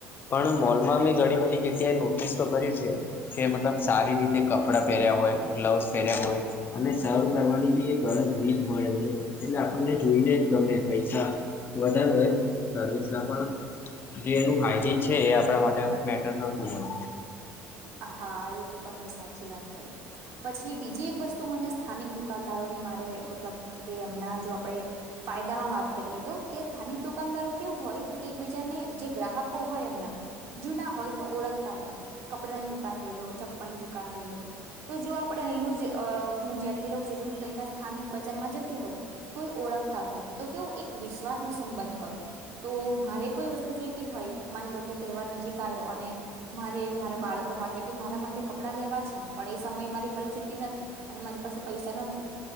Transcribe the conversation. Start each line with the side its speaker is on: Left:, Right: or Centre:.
Left: પણ મોલમાં મેં ધણી બધી જગ્યાએ નોટિસ તો કર્યું છે. કે મતલબ સારી રીતે કપડાં પહેર્યાં હોય, ગ્લવ્સ પહેર્યાં હોય. અને સર્વ કરવાની બી એક અલગ રીત હોય એમની એટલે આપણને જોઈને જ ગમે પૈસા વધારે હોય સર્વિસના પણ જે એનું હાઈજીન છે એ આપણા માટે મેટર કરતું હોય.
Right: હા એ તો તમે સાચી વાત કહી. પછી બીજી એક વસ્તુ મને સ્થાનિક દુકાનદારોની મારે મતલબ કે એમના જો આપણે ફાયદામાં વાત કરીએ તો કે સ્થાનિક દુકાનદારો કેવું હોય કે એક બી જાને જે ગ્રાહકો હોય એમનાં જૂના હોય તો ઓળખતા હોય કપડાની દુ કાન લઈલો, ચંપલની દુકાન લઈલો તો જે આ પણ અહીનું જ હું જ્યાંથી રહું છું જો હું તો તહીના સ્થાનિક બજારમાં જતી હોઉં તો એ ઓળખતા હોય તો કેવું એક વિશ્વાસનો સંબંધ હોય. તો મારે કોઈ વસ્તુ જોઈતી હોય માની લો કે તહેવાર નજીક આયો અને મારે મારાં બાળકો માટે કે મારાં માટે કપડાં લેવા છે પણ એ સમયે મારી પરિસ્થિતિ નથી. અને મારી પાસે પૈસા નથી.